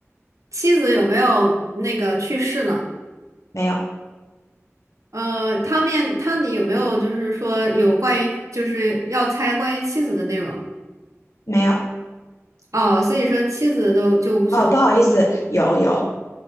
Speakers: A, on the right; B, on the left.
A: 妻子有没有那个去世呢？
B: 没有，
A: 呃，汤面汤底有没有就是说有关于就是要猜关于妻子的内容？
B: 没有，
A: 哦，所以说妻子都就无所谓
B: 哦，不好意思，有有。